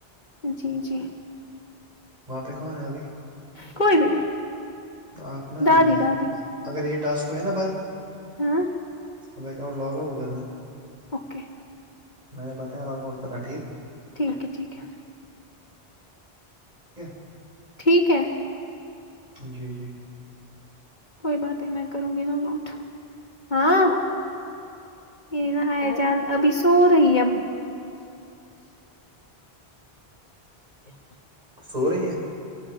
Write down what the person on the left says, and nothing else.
جی جی
کوئی بھی نہیں
دادی
دادی
ہاں
اوکے
ٹھیک ہے ٹھیک ہے
ٹھیک ہے
کوئی بات نہیں میں کروں گی تو نٹ ہاں یہ نہا جان ابھی سو رہی ہے <inaudible>